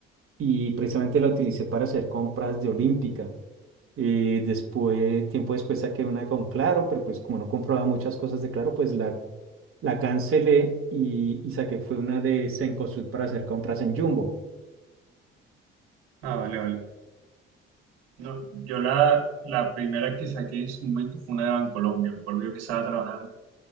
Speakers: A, on the right; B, on the right.
A: y precisamente la utilicé para hacer compras de Olímpica. Y después, tiempo después saqué una con Claro, pero pues como no comprobaba muchas cosas de Claro, pues la, la cancelé y, y saqué fue una de Cencosud para hacer compras en Jumbo.
B: Ah, vale, vale. No, yo la, la primera que saqué en su momento fue una de Bancolombia. Me acuerdo yo que estaba trabajando